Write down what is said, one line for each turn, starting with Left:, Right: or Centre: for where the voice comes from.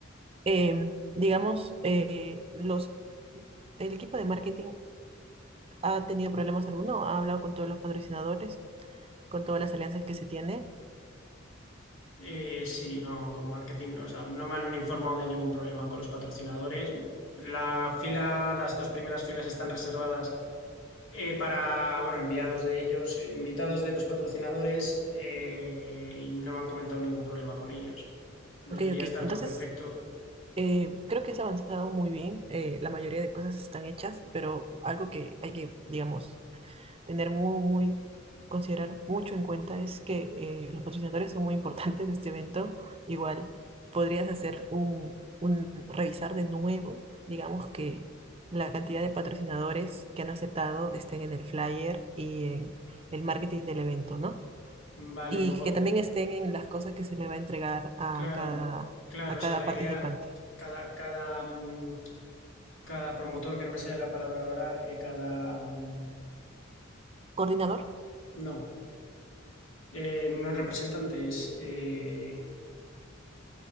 Right: Em, digamos, eh, los... El equipo de marketing ha tenido problemas alguno? ¿Ha hablado con todos los patrocinadores, con todas las alianzas que se tiene?
Left: eh, si no, con marketing, o sea, no me han informado de ningún problema con los patrocinadores. La fila, las dos primeras filas están reservadas eh, para, bueno, enviados de ellos, eh, invitados de los patrocinadores, eh, y no me han comentado ningún problema con ellos. Debería
Right: Ok, ok.
Left: estar
Right: Entonces,
Left: todo perfecto.
Right: eh, creo que has avanzado muy bien. eh, la mayoría de cosas están hechas, pero algo que hay que, digamos, tener muy, muy, considerar mucho en cuenta es que eh, los patrocinadores son muy importantes de este evento. Igual podrías hacer un, un, revisar de nuevo, digamos que la cantidad de patrocinadores que han aceptado estén en el flyer y en el marketing del evento, ¿no?
Left: Vale,
Right: Y
Left: luego,
Right: que también estén en las cosas que se le va a entregar a
Left: claro,
Right: cada,
Left: claro,
Right: a
Left: o
Right: cada
Left: sea, la
Right: participante.
Left: idea, cada, cada, mm, cada promotor, que no me sale la palabra ahora, eh, cada, mm,
Right: Coordinador,
Left: no, eh, no es representante, es, eh,